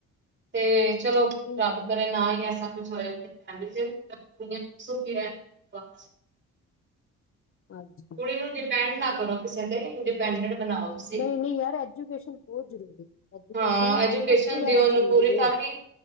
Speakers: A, on the right; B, on the left.
A: ਤੇ ਚਲੋ
B: ਤੇ
A: ਰੱਬ ਕਰੇ ਨਾ ਹੀ ਐਸਾ ਕੁਛ ਹੋਏ ਜਿੰਦਗੀ 'ਚ <unintelligible>
B: ਹਾਂਜੀ।
A: ਕੁੜੀ ਨੂੰ ਡਿਪੈਂਡ ਨਾ ਕਰੋ ਕਿਸੇ ਤੇ ਇੰਡੀਪੈਂਡੈਂਟ ਬਣਾਓ। ਤੁਸੀਂ
B: ਨਈ ਨਈ ਯਾਰ, ਐਜੂਕੇਸ਼ਨ ਬੋਤ ਜ਼ਰੂਰੀ, ਐਜੂਕੇਸ਼ਨ
A: ਹਾਂ ਐਜੂਕੇਸ਼ਨ
B: ਸਭ ਤੋਂ ਜਾਦਾ
A: ਦਿਓ ਉਹਨੂੰ
B: ਜ਼ਰੂਰੀ
A: ਪੂਰੀ ਤਾਂ
B: ਏ।
A: ਕਿ